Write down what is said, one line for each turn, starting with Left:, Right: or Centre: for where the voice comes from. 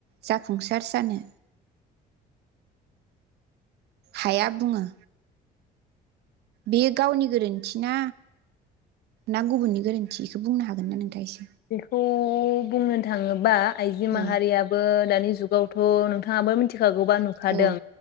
Right: जाफुंसार जानो हाया बुंङो। बेयो गावनि गोरोन्थि ना ना गुबुननि गोरोन्थि बेखौ बुंनो हागोन ना नोंथांङा एसे
Left: बेखौ उं बुंनो थांङोबा आइजो माहारियाबो
Right: औ
Left: दानि जुगावथ नोंथाङाबो <unintelligible> खागौबा नुखादों।
Right: औ